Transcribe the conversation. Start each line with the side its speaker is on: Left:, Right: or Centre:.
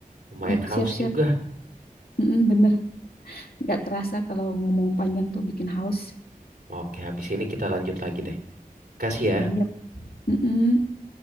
Right: Lumayan
Left: mm,
Right: haus
Left: siap-siap.
Right: juga.
Left: Mm-mm, bener, nggak kerasa kalau ngomong panjang tuh bikin haus.
Right: Oke, habis ini kita lanjut lagi deh. kasih
Left: Siap.
Right: ya.
Left: Mm-mm.